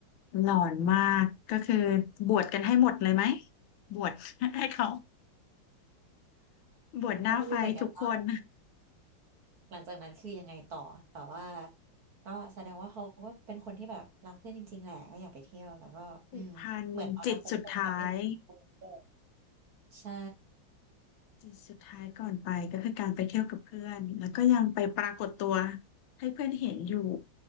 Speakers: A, on the left; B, on the right.
A: หลอนมากก็คือบวชกันให้หมดเลยไหมบวช <laughs> ให้เขาบวชหน้าไฟทุกคน
B: เราไม่รู้เหมือนกันว่าหลังจากนั้นคือยังไงต่อแต่ว่าก็แสดงว่าเขาก็เป็นคนที่แบบรักเพื่อนจริงๆแหละก็อยากไปเที่ยวแต่ก็อืมเหมือนตอนนั้นเขาคงจะไม่ได้พูดด้วย
A: ผูกพันจิตสุดท้าย
B: ใช่
A: จิตสุดท้ายก่อนไปก็คือการไปเที่ยวกับเพื่อนแล้วก็ยังไปปรากฏตัวให้เพื่อนเห็นอยู่